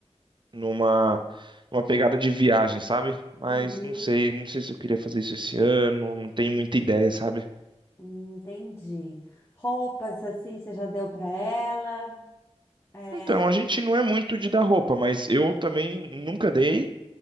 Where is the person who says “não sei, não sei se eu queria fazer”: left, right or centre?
Right